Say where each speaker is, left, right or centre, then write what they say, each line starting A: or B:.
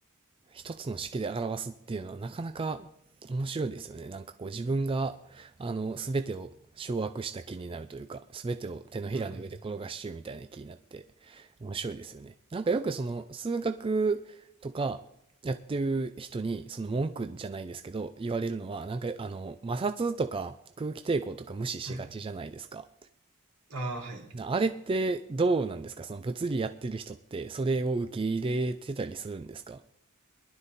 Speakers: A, on the right; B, on the right.
A: 一つの式で表すっていうのはなかなか面白いですよね。なんかこう自分が、あの、すべてを掌握した気になるというか、すべてを手のひらの上で転がしちゅうみたいな気になって
B: うん。
A: 面白いですよね。なんかよくその数学とかやってる人に、その文句じゃないですけど、言われるのは、なんかあの、摩擦とか空気抵抗とか無視しがちじゃないですか。
B: はい。ああ、はい。
A: なあれってどうなんですかその物理やってる人ってそれを受け入れてたりするんですか